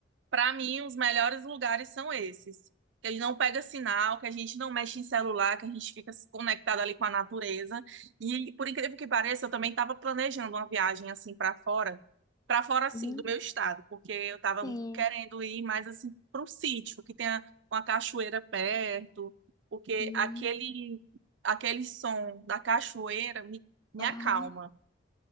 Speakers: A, on the right (about 65°); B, on the left (about 20°).
A: Para mim, os melhores lugares são esses. Que a gente não pega sinal, que a gente não mexe em celular, que a gente fica conectado ali com a natureza. E por incrível que pareça, eu também estava planejando uma viagem assim para fora, para fora assim
B: Uhum,
A: do meu estado, porque eu estava
B: Sim.
A: querendo ir mais assim para um sítio que tenha uma cachoeira perto, porque
B: Hum.
A: aquele aquele som da cachoeira me, me
B: Ah.
A: acalma.